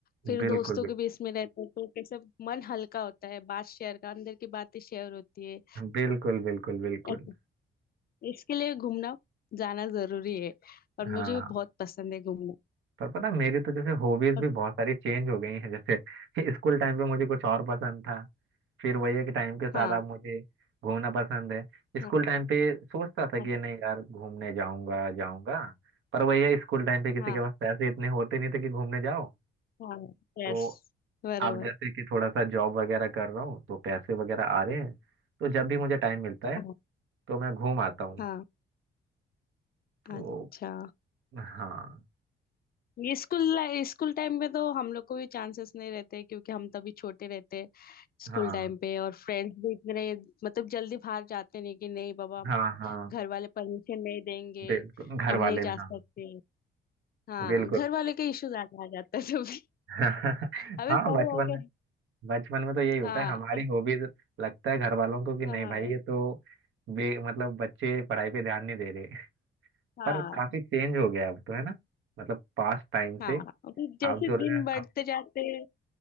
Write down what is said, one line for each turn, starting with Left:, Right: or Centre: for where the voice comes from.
Left: फिर
Right: बिल्कुल
Left: दोस्तों के बीच में रहते हैं तो कैसे मन हल्का होता है बात शेयर का अंदर की बातें शेयर होती है
Right: बिल्कुल बिल्कुल बिल्कुल
Left: ऐसे-
Right: बिल्कुल
Left: इसके लिए घूमना जाना जरूरी है और मुझे
Right: हाँ
Left: भी बहुत पसंद है घूमना
Right: पर पता है, मेरी तो जैसे हॉबीज
Left: और-
Right: भी बहुत सारी चेंज हो गई हैं जैसे <laughs> स्कूल टाइम पे मुझे कुछ और पसंद था फिर वही है कि टाइम के साथ
Left: हाँ
Right: आप मुझे घूमना पसंद है स्कूल
Left: हाँ
Right: टाइम पे सोचता था
Left: हाँ
Right: कि नहीं यार घूमने जाऊंगा जाऊंगा पर वही है स्कूल टाइम पे किसी
Left: हाँ।
Right: के पास पैसे इतने होते नहीं थे कि घूमने जाओ
Left: हाँ यस
Right: तो
Left: बराबर
Right: आप जैसे कि थोड़ा सा जॉब वगैरह कर रहा हूँ तो पैसे वगैरह आ रहे हैं तो जब भी मुझे टाइम मिलता
Left: हाँ
Right: है तो मैं घूम आता हूँ
Left: हाँ
Right: तो
Left: अच्छा
Right: हाँ
Left: ये स्कूल स्कूल टाइम में तो हम लोग को भी चांसेस नहीं रहते क्योंकि हम तभी छोटे रहते स्कूल
Right: हाँ
Left: टाइम पे और फ्रेंड्स भी इतने मतलब जल्दी बाहर जाते नहीं कि नहीं बाबा
Right: हाँ हाँ
Left: घर वाले परमिशन नहीं देंगे
Right: बिल्कुल घर
Left: हम नहीं
Right: वाले भी
Left: जा सकते
Right: हाँ
Left: हाँ
Right: बिल्कुल
Left: घर वाले के इश्यूज आ आ जाते हैं तभी
Right: <laughs>
Left: अभी
Right: हाँ
Left: बड़े
Right: बचपन
Left: हो गए
Right: बचपन में तो यही होता
Left: हाँ
Right: है हमारी
Left: अब-
Right: हॉबीज लगता है घर वालों को कि नहीं
Left: हाँ
Right: भाई ये तो बे मतलब बच्चे पढ़ाई पे ध्यान नहीं दे रहे
Left: हाँ
Right: पर काफी चेंज हो गया है अब तो है ना मतलब पास्ट टाइम
Left: हाँ
Right: से
Left: अभी जैसे
Right: आप जो रहे
Left: दिन बढ़ते
Right: आप,
Left: जाते हैं